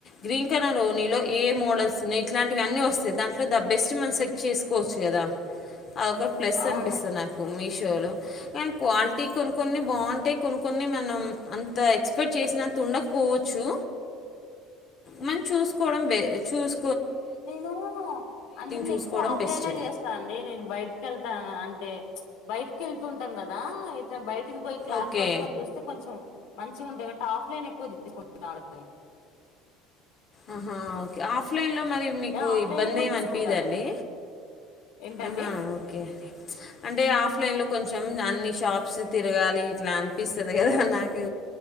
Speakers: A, on the left; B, on the left.
A: గ్రీన్ కలర్ ఓనీలో ఏ మోడల్స్న్నాయి ఇట్లాంటివి అన్నీ వస్తాయి దాంట్లో ద బెస్ట్ మనం సెక్ట్ చేసుకోవచ్చు కదా అదొ ఒకటి ప్లస్
B: అవును
A: అనిపిస్తుంది నాకు మీష్ క్వాలిటీ కొన్ని కొన్ని బావుంటే కొన్ని కొన్ని మనం అంతా ఎక్స్పెక్ట్ చేసినంత ఉండకపోవచ్చు మనం చూసుకోవడం వే చూస్
B: నేను అంటే నేను
A: చూసుకోవడం
B: ఎక్కువ ఆఫ్లైన్
A: బెస్ట్
B: చేస్తాను అండి నేను బయటికి వెళ్తాను అ టె బయటికి వెళ్తూ ఉంటాం కదా ఏ బయట టికి పోయి క్లాత్
A: ఓకే
B: పట్టుకొని చూస్తే కొంచెం మంచిగుంటై గ ఆఫ్లైన్ ఎక్కువ తీచ్చుకుంటుంది ఆ
A: ఆహాఓ ఆఫ్లైన్లో మరి మీకు
B: ఆఫ్లైన్
A: ఇబ్బంది
B: ఎక్కువ
A: ఏనిపదండి
B: తీసుకుంటా నేను ఏంటండి
A: ఆహా ఓకే అంటే ఆఫ్లైన్ లో కొంచెెం అన్ని షాప్స్ తిరగాలి ఇట్లా అనిపిస్తుది కదా నాకు